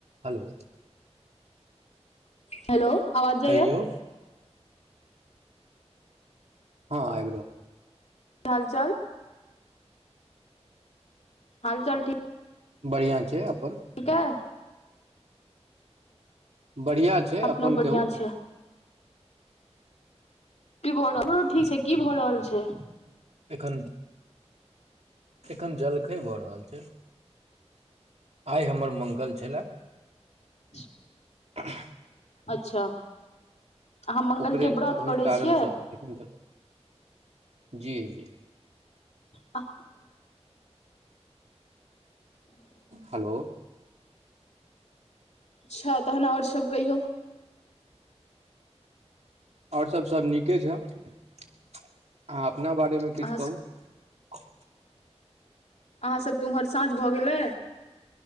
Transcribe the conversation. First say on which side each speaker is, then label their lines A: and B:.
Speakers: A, on the right; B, on the left.
A: हलो
B: hello आवाज
A: कहियौ
B: जाइया
A: हँ आ
B: क हाल चाल हाल चाल ठीक
A: बढ़िआ छै अपन
B: ठीकै
A: बढ़िआ छै
B: अपनो
A: अपन
B: बढ़िया
A: कहू
B: छै त भरो ठीक छै की भऽ रहल छै
A: एखन एखन जलखै भऽ रहल छै आइ हमर मङ्गल छलए
B: ह
A: <inaudible>
B: अच्छा अहाँ मङ्गलके
A: ओकरे
B: व्रत
A: ओहि
B: करै
A: कारणसँ
B: छियै
A: एखन जल जी जी
B: आ
A: हेलो
B: अच्छा तहन आओर सभ कहियौ
A: आओर सभ सभ नीके छै अहाँ अपना बारेमे किछु
B: अहाँ
A: कहू आ
B: अहाँसभके ओम्हर साँझ भऽ गेलै